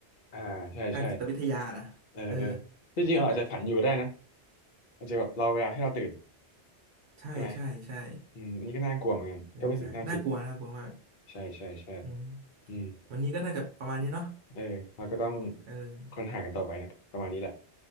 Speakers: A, on the left (about 55°); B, on the right (about 70°).
A: อ่าใช่ใช่
B: ทางจิตวิทยานะเออ
A: เออเออที่จริงเราอาจจะฝันอยู่ก็ได้นะอาจจะแบบเราเวลาให้เราตื่น
B: ใช่ใช่ใช่
A: ใช่ไหมอืมอันนี่ก็น่ากลัวเหมือนกันก็เป็นสิ่งที่น่าคิด
B: เป็นไม่ได้น่ากลัวน่ากลัวมาก
A: ใช่ใช่ใช่
B: อืม
A: อืม
B: วันนี้ก็น่าจะประมาณนี้เนาะ
A: เออเราก็ต้อง
B: เออ
A: ค้นหากันต่อไปนะประมาณนี้แหละ